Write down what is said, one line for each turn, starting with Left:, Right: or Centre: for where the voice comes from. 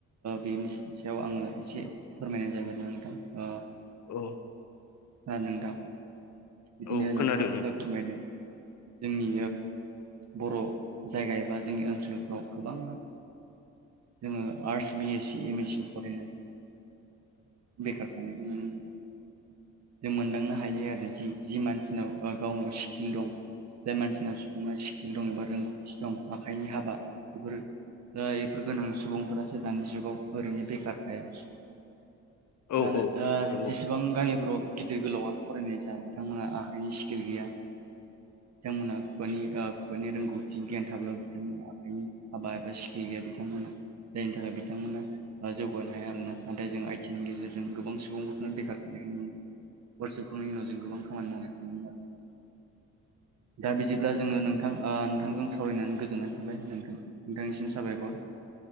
Right: बेनो सायाव आंङो एसे फोरमायनाय जागाय नोंथां
Left: औ
Right: सार नोंथां बिदिनो
Left: औ खोनादों
Right: नोंथांङाथ'जाय फोरमायदों जोंनि बर' जायगा एबा जोंनि ओनसोलफ्राव गोबां जोङो arts B S C M S C फरायनानै बेखार थानायखौ नुनो मोन जों मोनदांनो हायो आरो जि मानसिनाव गावनाव स्किल दं जाय मानसिन सुबङा स्किल दं एबा रोंगौथि दं आखाइनि हाबा बेफोर दा बेफोर गोनां सुबुंफोरासो दानि जुगाव ओरैनो बेखार थाया
Left: औ
Right: मानो
Left: औ नंगौ
Right: जेसेबां गामिफोराव गिदिर गोलावानो फरायनाय जा बिथांमोनहा आखाइनि स्किल गैया बिथांमोना खुगानि खुगानि रोंगौथि गियान थाब्ला बिथांमोना आखाइनि हाबा एबा गैया बिथांमोना जायनि थाखाय बिथांमोना जौगानो हाया आरो ना नाथाय जों आइथि नि गेजेरजों गोबां सुबुंफोरनो बेखार थानाय बेफोर सोबखांनायनि उनाव जों गोबां खामानि मावनायखौ नुनो मोनो दा बिदिब्ला जोङो नोंथां नोंथांजों सावरायनानै गोजोननाय थाबाय नोंथां नोंथांसिम साबायखर